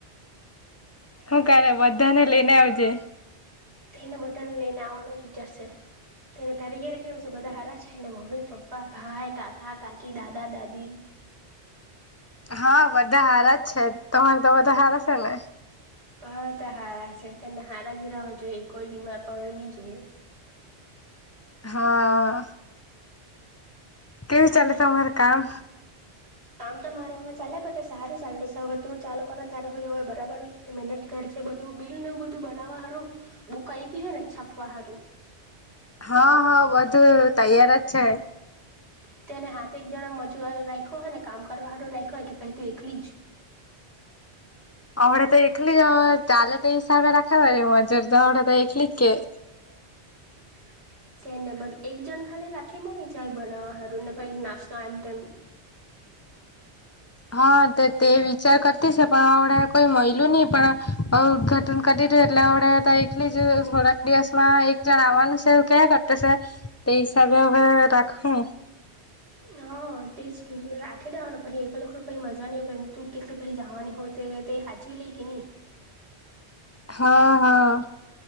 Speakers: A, on the left (about 20°); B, on the right (about 70°).
A: હું કાલે બધાને લઈને આવજે.
B: એને બધાને લઈને આવવાનો જ વિચારશે. તેને તયરે કેમ છે બધા હરા છે ને મમ્મી, પપ્પા, ભાઈ, કાકા, કાકી, દાદા, દાદી,
A: હા બધા હારા જ છે, તમારે તો બધા હારા છે ને?
B: હ તો હારા છે, તને હારા જ રવા જોઈએ કોઈ બીમાર પાડવું નહી જોઈએ. <inaudible>
A: હા કેવી
B: એને
A: ચાલે તમાર કામ?
B: આમ તો મારો હવે ચાલે કરટ સારું ચાલુ છે હવે તું ચાલો કરોને તયારે હવે બરાબર કે મહેનત કરજે. બિલને બધું બનાવવા હારું બુક આપી હે ને છપવા હારું?
A: હા હા બધું તૈયાર જ છે
B: <inaudible> તેને હાથે એક જણા મજુર રાખ્યો હો ને કામ કરવા વાળું રાખ્યોને કે પછી તું એકલી જ <inaudible>
A: હમણાં તો એકલી જ ચાલે તે હિસાબે રાખે વાળી મજુર તો હમણાં તો એકલી છે
B: <inaudible> છે ને બધ એક જણ ખાલી રાખી મૂકને ચાય બનાવવા હારું ને કઈ નાસ્તો એમ તેમ <inaudible>
A: હા તે વિચાર કરતી છે પણ હમડે કોઈ મયલુ ની પણ ઉદ્ઘાટન કરી એટલે વડે એકલીી જ થોડાક દિવસ માં એક જણ આવવાનું છે એવું ક્યાં કરતા છે હિસાબ હવે રાખ હુ
B: <inaudible> હા તે જ કેમ ની રાખી દેવાનું પહી એખલુ એખલુ પછી મજા ની આવે મજા નઈય પણ તું કેટલી પછી જવાની હોય તે હાચવી લે કી ની
A: હા હા